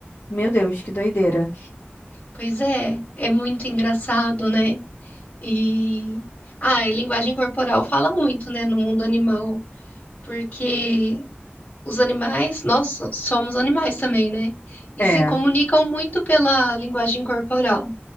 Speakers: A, on the left (about 60°); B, on the left (about 40°).
A: meu Deus, que doideira.
B: pois é. É muito engraçado, né? E. Ah, e linguagem corporal fala muito, né, no mundo animal, porque Os animais, nós so- somos animais também, né? E
A: É,
B: se comunicam muito pela linguagem corporal,